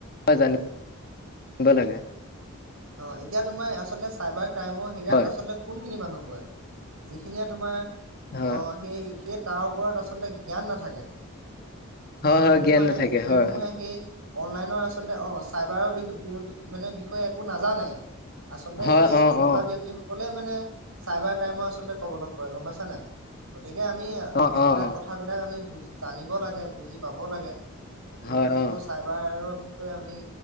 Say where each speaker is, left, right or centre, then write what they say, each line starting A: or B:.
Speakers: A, on the left (about 45°); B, on the right (about 80°).
A: জানি ব লাগে
B: অঁ এতিয়া তোমাৰ আচলতে চাইবাৰ ক্ৰমৰ হেয়াত
A: হয়,
B: আচলতে কোনখিনি মানুহ হয় যিখিনিয়ে তোমাৰ
A: হয়,
B: মই সেই সেই তাৰ ওপৰত আচলতে জ্ঞান নাথাকে
A: হয়,
B: যিসমূহে
A: হয়, জ্ঞান নাথাকে
B: যিসমূহে
A: হয়, হয়,
B: সেই অনলাইনৰ আচলতে অ চাইবাৰৰ বি বি মানে বিষয়ে একো নাজ- জানে আচলতে
A: হয়,
B: সেই
A: অ',
B: তেনেকুৱা
A: অ',
B: ব্যক্তি সকলে মানে চাইবাৰ ক্ৰাইমৰ আচলতে কবলত পৰে গম পাইছা নাই গতিকে আমি
A: অ',
B: সেইবিলাক
A: অ', অ',
B: কথাবিলাক আমি বুজি জানিব লাগে বুজি পাব লাগে আমি
A: হয়,
B: সেইবোৰ
A: অ',
B: চাইবাৰৰ বিষ- বিষয়ে আমি